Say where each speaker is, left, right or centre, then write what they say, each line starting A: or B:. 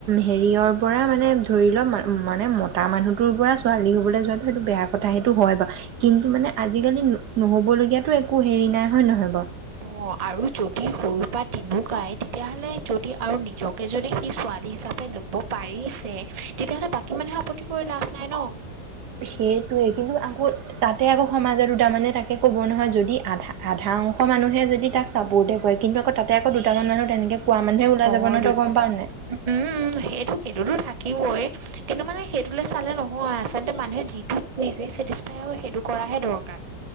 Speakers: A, on the right (about 70°); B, on the right (about 40°).
A: হেৰিয়ৰ পৰা মানে ধৰি লওক মানে মতা মানুহটোৰ পৰা। ছোৱালী হ'বলৈ যোৱাতটো সেইটো বেয়া কথা সেইটো হয় বাৰু কিন্তু মানে আজিকালি নহ'বলগীয়াতো একো হেৰি নাই হয় নহয় বাৰু।
B: অ ', আৰু যদি সৰু পৰা তিনে গায় তেতিয়াহ'লে যদি আৰু নিজকে যদি সি ছোৱালী হিচাপে ল'ব পাৰিছে তেতিয়াহলে বাকী মানুহে আপত্তি কৰি লাভ নাই ন',।
A: সেইটয়ে কিন্তু আকৌ তাতে আকৌ সমাজৰ দুটামানে তাকে কব নহয় যদি আধা -আধা অংশ মানুহে যদি তাক চাপৰ্টে কৰে কিন্তু আকৌ তাতে আকৌ দুটামান মানুহ তেনেকে? কোৱা মানুহে ওলাই
B: অ
A: যাব নহয়
B: ', দু
A: তই গম পাৱ নাই?
B: উম', সেইটো সেইটোতো থাকে। কিবই কিন্তু মানে সেইটো চালে নহয় আচলতে মানুহে যিটো নিজে চেটিছফাই হয় সেইটো কৰাহে দৰকাৰ।